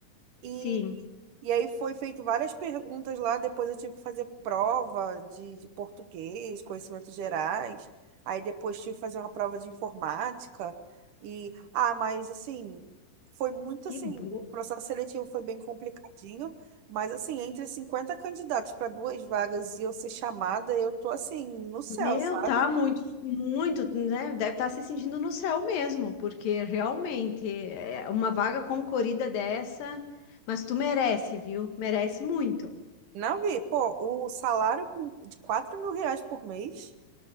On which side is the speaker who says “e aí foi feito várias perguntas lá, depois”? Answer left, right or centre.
Right